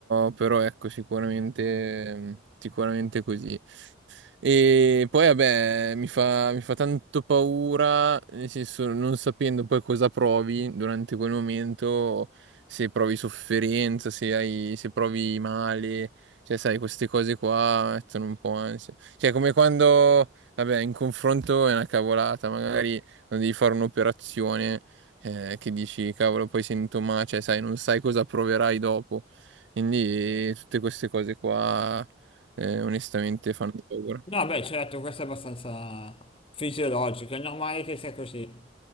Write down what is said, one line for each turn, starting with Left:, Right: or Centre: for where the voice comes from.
Right: però ecco, sicuramente, sicuramente così. E poi, vabbè, mi fa, mi fa tanto paura, nel senso, non sapendo poi cosa provi durante quel momento, se provi sofferenza, se hai, se provi male, cioè, sai, queste cose qua mettono un po' ansia. Cioè, come quando, vabbè, in confronto è una cavolata, magari quando devi fare un'operazione, eh, che dici, cavolo, poi sento male, cioè, sai, non sai cosa proverai dopo. Quindi, eh, tutte queste cose qua, eh, onestamente fanno paura.
Left: No, beh, certo, questo è abbastanza fisiologico, è normale che sia così.